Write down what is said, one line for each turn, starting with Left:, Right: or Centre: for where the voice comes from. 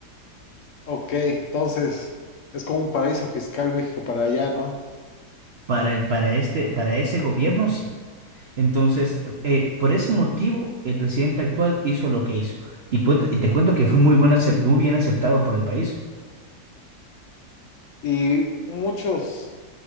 Left: Ok, entonces es como un paraíso fiscal México para allá, ¿no?
Right: Para el- para este, para ese gobierno, sí. Entonces, eh, por ese motivo, el presidente actual hizo lo que hizo. Y, cuento- y te cuento que fue muy buena, acep- muy bien aceptado por el país.
Left: Y muchos